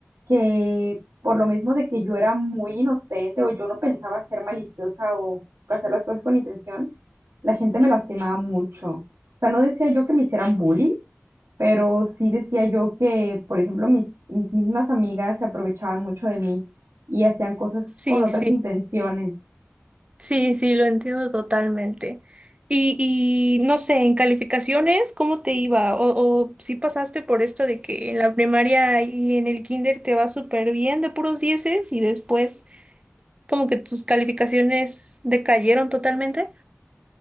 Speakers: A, on the right; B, on the right.
A: que por lo mismo de que yo era muy inocente o yo no pensaba ser maliciosa o hacer las cosas con intención, la gente me lastimaba mucho. O sea, no decía yo que me hicieran bullying, pero sí decía yo que, por ejemplo, mis, mis mismas amigas se aprovechaban mucho de mí y hacían cosas
B: Sí,
A: con otras
B: sí.
A: intenciones.
B: Sí, sí, lo entiendo totalmente. Y, y no sé, en calificaciones, ¿cómo te iba? O, o si pasaste por esto de que en la primaria y en el kinder te va súper bien de puros dieces y después como que tus calificaciones decayeron totalmente.